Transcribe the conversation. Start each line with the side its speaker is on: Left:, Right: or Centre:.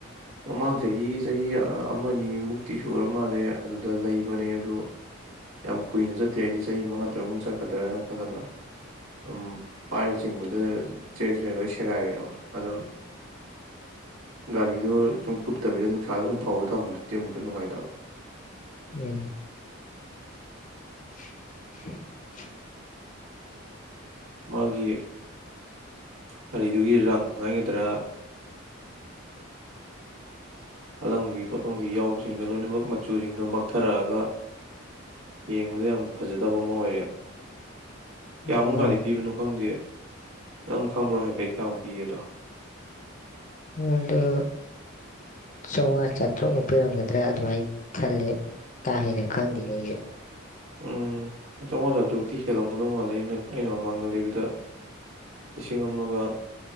Right: ꯃꯃꯥꯡ ꯆꯍꯤ ꯆꯍꯤ ꯑꯃꯅꯤ ꯑꯅꯤꯃꯨꯛꯇꯤ ꯁꯨꯔ ꯃꯥꯜꯂꯦ ꯑꯗꯨꯗ ꯂꯩꯕꯅꯦ ꯑꯗꯨ ꯌꯥꯝ ꯀꯨꯏꯅ ꯆꯠꯇꯦ ꯑꯩꯗꯤ ꯆꯍꯤ ꯃꯉꯥ ꯇꯔꯨꯛꯃꯨꯛ ꯆꯠꯀꯗ꯭ꯔꯅ ꯈꯜꯂꯒ ꯑꯗꯨꯝ ꯄꯥꯏꯔ ꯆꯤꯡꯕꯗ ꯆꯦꯔꯦ ꯆꯦꯔꯦ ꯂꯣꯏ ꯁꯦꯒꯥꯏꯔꯛꯑꯦꯕ ꯑꯗꯣ ꯒꯥꯔꯤꯗꯣ ꯁꯨꯝ ꯀꯨꯞꯇꯕꯤꯗ ꯅꯨꯡꯁꯥꯗ ꯁꯨꯝ ꯐꯥꯎꯔ ꯊꯝꯕꯗꯨꯗꯤ ꯑꯃꯨꯛꯀ ꯅꯨꯡꯉꯥꯏꯇꯕ꯫
Left: ꯎꯝ <inaudible>
Right: ꯃꯥꯒꯤ ꯒꯥꯔꯤꯗꯨꯒꯤ ꯔꯪ ꯍꯥꯏꯒꯗ꯭ꯔꯥ ꯑꯂꯪꯕꯤ ꯈꯣꯠꯂꯪꯕꯤ ꯌꯥꯎꯕꯁꯤꯡꯗꯣ ꯂꯣꯏꯅꯃꯛ ꯃꯆꯨꯁꯤꯡꯗꯣ ꯃꯛꯊꯔꯛꯑꯒ ꯌꯦꯡꯕꯗ ꯌꯥꯝ ꯐꯖꯗꯕ ꯑꯃ ꯑꯣꯏꯔꯦꯕ ꯀꯌꯥꯃꯨꯛ
Left: ꯑꯣ
Right: ꯀꯗꯤ ꯄꯤꯕꯅꯣ ꯈꯪꯗꯦ ꯅꯪ ꯈꯪꯕ꯭ꯔꯣ ꯍꯥꯏꯐꯦꯠ ꯀꯌꯥ ꯄꯤꯒꯦꯗꯣ
Left: ꯑꯗꯨ ꯆꯥꯝꯉꯥ ꯆꯥꯇ꯭ꯔꯨꯛꯃꯨꯛ ꯄꯤꯔꯝꯒꯗ꯭ꯔꯥ ꯑꯗꯨꯃꯥꯏꯅ ꯈꯜꯂꯦ ꯀꯥꯍꯦꯟꯅ ꯈꯪꯗꯦꯅꯦ ꯑꯩꯗꯤ꯫
Right: ꯎꯝ ꯆꯥꯝꯉꯥ ꯆꯥꯇ꯭ꯔꯨꯛꯇꯤ ꯍꯦꯜꯂꯝꯒꯗꯧ ꯃꯥꯜꯂꯦ ꯑꯩꯅ ꯑꯩꯅ ꯃꯃꯥꯡꯗ ꯂꯩꯕꯗ ꯂꯤꯁꯤꯡ ꯑꯃꯒ